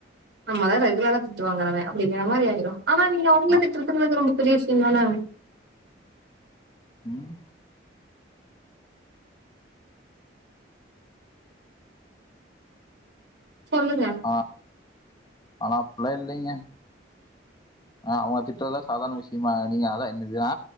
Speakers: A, on the right (about 70°); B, on the left (about 20°).
A: நம்மதா ரெகுலரா திட்டு வாங்குறமே அப்படிங்கிற மாரி ஆயிரு ஆனா நீங்க அவங்கள
B: ஆ
A: திட்டு திட்டுனது ரொம்ப பெரிய விஷயம் தான
B: ம்
A: சொல்லுங்க
B: ஆ ஆனா அப்புல்லா இங்லிங்க ஆ அவுங்கள திட்றதுல்லா சாதாரண விஷயமா நீங்க அதா என்னது ஆ